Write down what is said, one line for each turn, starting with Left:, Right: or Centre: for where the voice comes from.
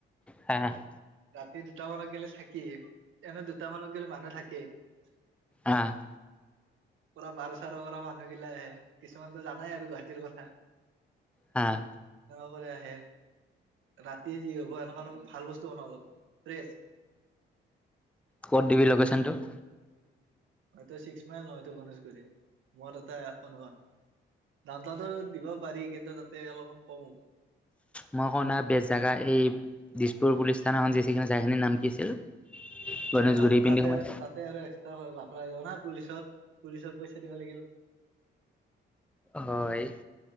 Centre: হা ।
Right: স দুটা মানত গেলে থাকি এনে দুটা মানত গলে মানুহ থাকেই ।
Centre: অহ ।
Right: পুৰা বাৰ চাৰ পৰা মানুহগিলাই আহে কিছুমানতো জানাই আৰু গুৱাহাটীৰ কথা ।
Centre: হা ।
Right: <inaudible> তেজি হ'ব এনেকোৱা অলপ ভালবস্তু বনাব লাগিব । ফ্ৰেচ।
Centre: ক'ত দিবি লোকেশ্যন টো ।
Right: হয়টো ছিক্স মাইল নহয় এইটো গণেশগুৰি মোৰ এটা অনুমান দাম তাতো দিব পাৰি কিন্তু তাতে অলপমান কম হব ।
Centre: মই কনা বেজ জেগা এই দিছপুৰ পুলিচ থানাখন যিখন যাই নাম কি আছিল? গণেশগুৰি
Right: নাই তাত
Centre: পিন্ধি
Right: তাতে
Centre: সোমাই
Right: তাতে আৰু এক্সট্ৰা লাফৰা হৈ যাব না পুলিচৰ । পুলিচৰ পইচা দিব লাগিব
Centre: হয় ।